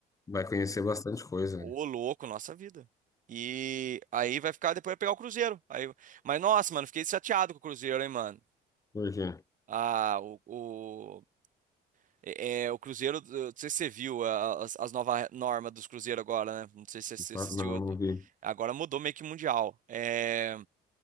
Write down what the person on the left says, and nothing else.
vai conhecer bastante coisa.
né?
Por quê?
Claro,
Não, não vi.